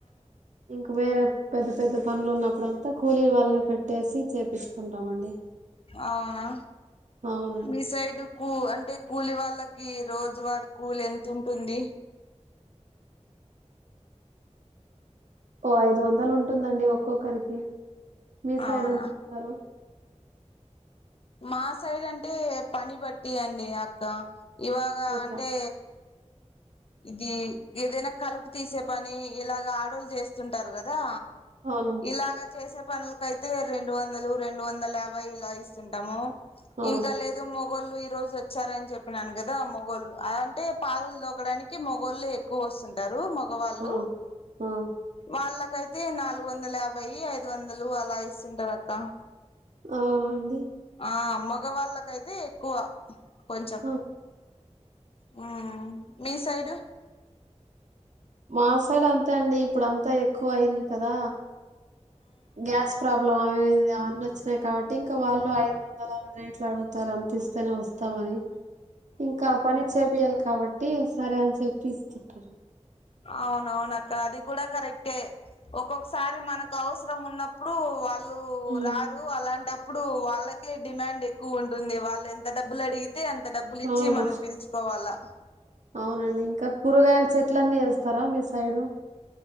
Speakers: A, on the right; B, on the left.
A: ఇంకా వేర పెద్ద పెద్ద పనులు ఉన్నప్పుడు అంతా కూలీ వాళ్ళని పెట్టేసి చేపిస్తుంటామండి
B: అవునా
A: అవునండి
B: మీ సైడ్ కూ అంటే కూలి వాళ్ళ లాకి రోజు వర కూ ఎంత ఉంటుంది
A: ఓ ఐదు వందలు ఉంటుందండి ఒక్కొక్కరికి మీ సైడ్
B: అవునా
A: ఎంత ఇస్తారు
B: మా సైడ్ అంటే పని బట్టి అండి అక్క ఇవాగ
A: ఓకే
B: అంటే ఇది ఏదైనా కలుపు తీసే పని ఇలాగ ఆడోళ్లు చేస్తుంటారు కదా
A: అవును
B: ఇలాగ చేసే పనుల్కేతే రెండు వందలు రెండు వందల యాభై ఇలా ఇస్తుంటాము
A: ఆ
B: ఇంకా లేదు మొగళ్ళు ఈ రోజు వచ్చారని చెప్పినాను కదా మొగళ్ళు అ అంటే పాదులు దోకడానికి మగళ్ళ ఎక్కువ వస్తుంటారు మగవాళ్ళు
A: ఆ ఆ
B: వాళ్ళకైతే నాలుగు వందల యాభై ఐదు వందలు అలా ఇస్తుంటారు అక్క
A: అవునండి
B: ఆ మగ వాళ్ళకైతే కో కొంచెం
A: ఆ!
B: ఉ మీ సైడ్
A: మా సైడ్ అంతే అండి ఇప్పుడు అంతా ఎక్కువ అయింది కదా గ్యాస్ ప్రాబ్లమ్ అవి అవన్నీ వచ్చినాయి కాబట్టి ఇంకా వాళ్ళు ఐదు వందల రేట్లు అడుగుతారు అంత ఇస్తేనే వస్తామని ఇంకా పనిర్సేబ కాబట్టి సరే అని చెప్పి ఇస్తుంటారు
B: అవునవునక్క అది కూడా కరెక్టే ఒక్కొక్కసారి మనకు అవసరం ఉన్నప్పుడు వాళ్ళ లూ
A: హ్మ్.
B: రారు అలాంటప్ ఇప్పుడు వాళ్ళకే డిమాండ్ ఎక్కు ఉంటుంది వాళ్ ఎంత డబ్బులు అడిగి తే అంత డబ్బులు ఇచ్చి
A: అవును.
B: మనం పిల్చుకోవాలా
A: అవునండి ఇంకా కూరగాయల చెట్లన్నీ యేస్తారా మీ సైడు